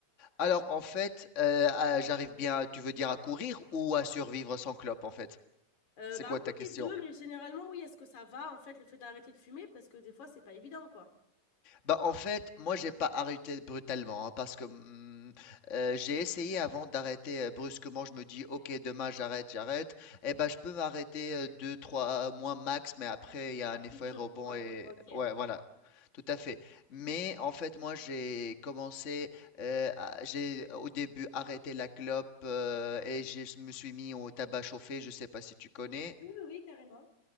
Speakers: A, on the left; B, on the left.
A: alors, en fait, euh, à- j'arrive bien, tu veux dire à courir ou à survivre sans clope, en fait?
B: Euh,
A: C'est
B: bah,
A: quoi
B: un peu
A: ta question?
B: les deux, mais généralement, oui, est-ce que ça va, en fait, le fait d'arrêter de fumer? Parce que des fois, c'est pas évident, quoi.
A: Bah, en fait, moi, j'ai pas arrêté brutalement, hein, parce que mm, euh, j'ai essayé avant d'arrêter euh, brusquement. Je me dis, ok, demain, j'arrête, j'arrête. Eh ben, je peux m'arrêter euh, deux, trois mois max, mais après, il y a
B: Après,
A: un effet
B: tu
A: rebond
B: reprends.
A: et
B: Ok. Oui,
A: ouais, voilà, tout à fait. Mais en fait, moi, j'ai commencé, euh, à- j'ai au début arrêté la clope euh, et je me suis mis au tabac chauffé. Je sais pas si tu connais.
B: oui, oui, carrément.